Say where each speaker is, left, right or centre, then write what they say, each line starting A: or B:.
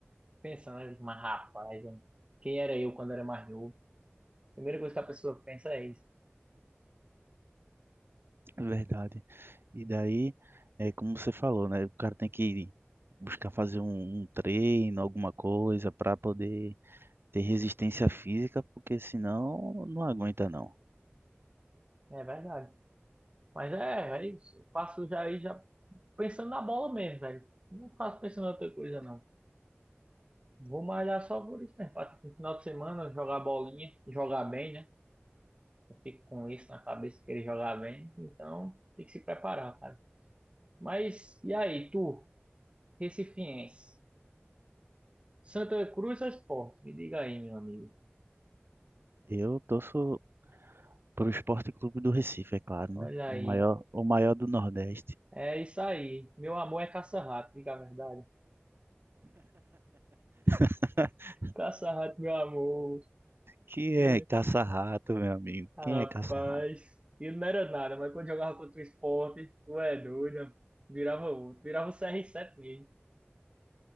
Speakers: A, on the right; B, on the right.
A: Pensando, eu digo, mas rapaz, eu- quem era eu quando era mais novo? Primeira coisa que a pessoa pensa é isso.
B: É verdade. E daí, é como você falou, né? O cara tem que buscar fazer um, um treino, alguma coisa, para poder ter resistência física, porque senão não aguenta, não.
A: É verdade. Mas é, é isso. Eu faço já, aí já pensando na bola mesmo, velho. Não faço pensando em outra coisa, não. Vou malhar só por isso, né? Pra, tipo, no final de semana jogar bolinha, jogar bem, né? Eu fico com isso na cabeça, querer jogar bem. Então, tem que se preparar, cara. Mas, e aí, tu, Recifiense? Santa Cruz ou Sport? Me diga aí, meu amigo.
B: Eu torço para o Esporte Clube do Recife, é claro,
A: Olha
B: né? O
A: aí,
B: maior, o maior do Nordeste.
A: É isso aí. Meu amor é caça-rato, diga a verdade.
B: <laughs>
A: Caça-rato, meu amor.
B: Que é
A: É,
B: caça-rato, meu amigo.
A: Rapaz,
B: Quem é caça-rato?
A: ele não era nada, mas quando jogava contra o esporte, tu é doido. Virava outro, virava o CR7 mesmo.